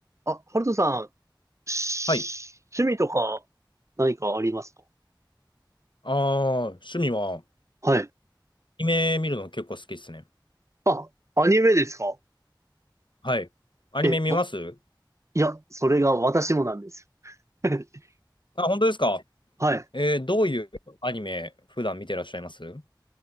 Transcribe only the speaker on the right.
あ、ハルトさん、し趣味とか
何かありますか
はい。
あ、アニメですか
え、わいや、それが私もなんですよ。<laughs>
はい。